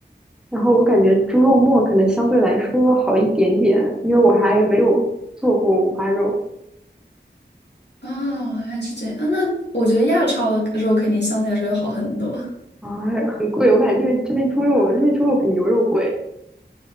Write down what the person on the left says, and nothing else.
哦，原来是这样啊，那我觉得亚超的肉肯定相对来说要好很多。